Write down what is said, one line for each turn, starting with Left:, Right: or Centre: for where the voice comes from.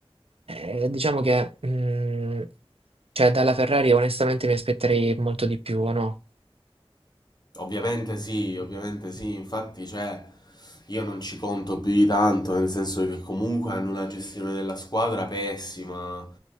Right: Eh, diciamo che mm, cioè, dalla Ferrari onestamente mi aspetterei molto di più, o no?
Left: Ovviamente sì, ovviamente sì, infatti cioè, io non ci conto più di tanto, nel senso che comunque hanno una gestione della squadra pessima,